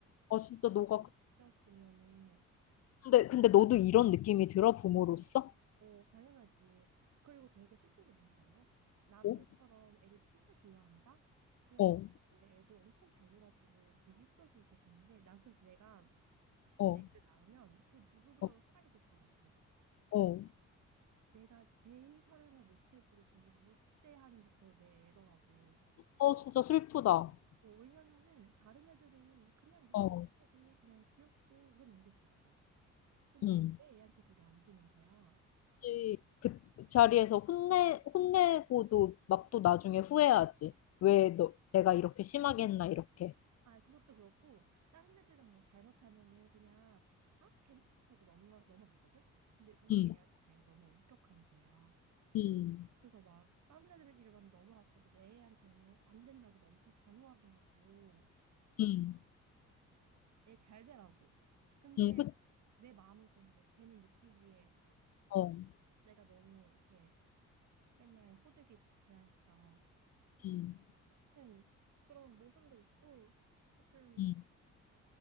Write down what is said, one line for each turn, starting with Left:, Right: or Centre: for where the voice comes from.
Left: 아 진짜
Right: 그렇게까지
Left: 너가 그-
Right: 느꼈으면은
Left: 근데 근데 너도 이런 느낌이 들어 부모로서?
Right: 어, 어, 당연하지. 그리고 되게 슬픈 게 뭔지 알아? 나도
Left: 어?
Right: 너처럼 애를 진짜 좋아한다. 그래서
Left: 어.
Right: 원래 애들 엄청 잘 놀아주고 되게 이뻐해주고 그랬었는데 난 그래서 내가
Left: 어.
Right: 내 애를 낳으면 그 누구보다도
Left: 어.
Right: 사랑해줄 줄 알았어.
Left: 어.
Right: 그 내가 제일 사랑을 못 해주고 제일 못 대하는 게 바로 내 애더라고.
Left: 어, 진짜 슬프다.
Right: 뭐, 왜냐면은 다른 애들은 그냥 뭐
Left: 어.
Right: 잘못해도 그냥 귀엽고 웃어 넘길 수 있어. 근데
Left: 응.
Right: 내 애한테 그게 안 되는 거야.
Left: 혹시 그 자리에서 혼내, 혼내고도 막 또 나중에 후회하지. 왜 너, 내가 이렇게 심하게 했나, 이렇게.
Right: 아, 그것도 그렇고 다른 애들은 뭐 잘못하면은 그냥 아, 괜찮아 그러고 넘어, 넘어가거든. 근데 우리
Left: 응,
Right: 애한테 내가 너무 엄격한 거야.
Left: 응,
Right: 그래서 막 다른 애들 이름만 넘어갈 것도 내 애한테는 안 된다고 막 엄청 단호하게 하고 막
Left: 응,
Right: 애 잘 되라고. 근데
Left: 응, 그쵸.
Right: 내 마음은 그런데 걔는 느끼기에
Left: 어.
Right: 내가 너무 이렇게 맨날 호되게 대하니까.
Left: 응,
Right: 하여튼 그런 모순도 있고, 하여튼
Left: 응.